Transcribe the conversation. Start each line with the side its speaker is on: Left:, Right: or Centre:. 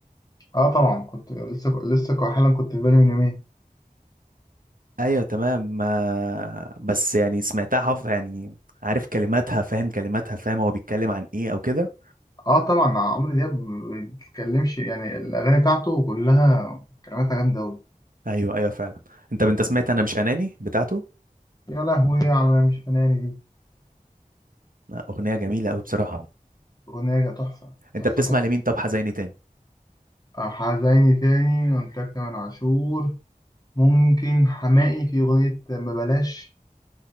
Left: اه طبعا كنت لسه لسه ك- حالا كنت في بالي من يومين
Right: ايوه تمام آه بس يعني سمعتها حف يعني عارف كلماتها فاهم كلماتها فاهم هو بيتكلم عن ايه او كده
Left: اه طبعا عمرو دياب ما بيتكلمش يعني الاغاني بتاعته كلها كلماتها جامده قوي
Right: ايوه ايوه فعلا انت انت سمعت انا مش اناني بتاعته
Left: يا لهوي على مش اناني دي
Right: لا، اغنيه جميله قوي بصراحه
Left: أغنية تحفة
Right: انت
Left: تحفة
Right: بتسمع
Left: تحفة
Right: لمين طب حزيني تاني
Left: آه، حزيني تاني قلت لك تامر عاشور ممكن حماقي في أغنية ما بلاش